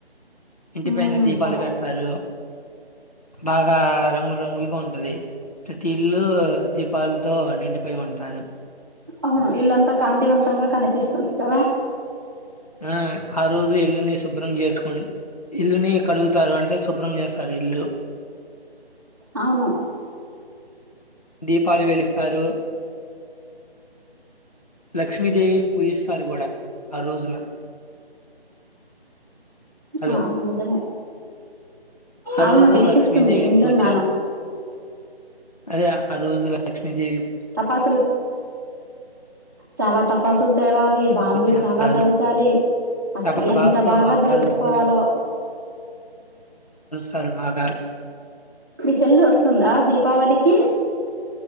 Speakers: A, on the left; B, on the right.
A: ఇంటి
B: ఉమ్
A: పైన దీపాలు
B: చాలా
A: పెడతారు బాగా రంగుల రంగులుగా ఉంటది ప్రతి ఇల్లు దీపాలితో నిండిపోయి ఉంటారు
B: అవును ఇల్లంతా కాంతివంతంగా కనిపిస్తుంది కదా
A: ఆ ఆ రోజు ఇల్లు ని శుభ్రం చేసుకు ఇల్లుని కడుగుతారు అంటే శుభ్రం చేస్తారు ఇల్లు
B: అవును
A: దీపాలు వెలిగిస్తారు లక్ష్మీదేవిని పూజిస్తారు కూడా ఆ రోజున హలో
B: ఆ మ నిజమే
A: ఆ
B: అవును
A: రోజు
B: వినిపిస్తుంది
A: లక్ష్మీదేవి
B: వింటున్నాను
A: పూజ అదే ఆ రోజు లక్ష్మీదేవి
B: టపాసులు చాలా టపాసులు తెవాల్ లి బాంబులు
A: పూజ చేస్తారు.
B: చాలా పేల్చాలి అసలు
A: టపాసులు
B: ఎంత బాగా జరుపుకోవాలో
A: కాలుస్తారు. తర్వాత
B: మీ చెల్లు వస్తుందా దీపావళికి